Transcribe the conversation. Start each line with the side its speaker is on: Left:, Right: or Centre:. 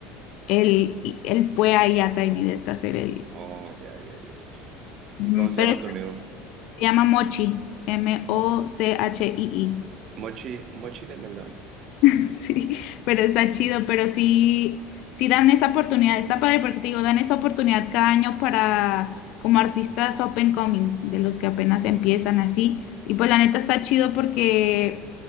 Left: él, y- él fue ahí a Tiny Desk a hacer el...
Right: Oh, ya, ya, ya. ya.
Left: Ujú,
Right: ¿Y cómo se
Left: Pero
Right: llama tu amigo?
Left: se llama Mochi, M-O-C-H-I-I.
Right: Mochi, Mochi de melón.
Left: <laughs> Sí, pero está chido, pero sí, sí dan esa oportunidad, está padre porque te digo, dan esa oportunidad cada año para como artistas open coming, de los que apenas empiezan así, y pues la neta está chido porque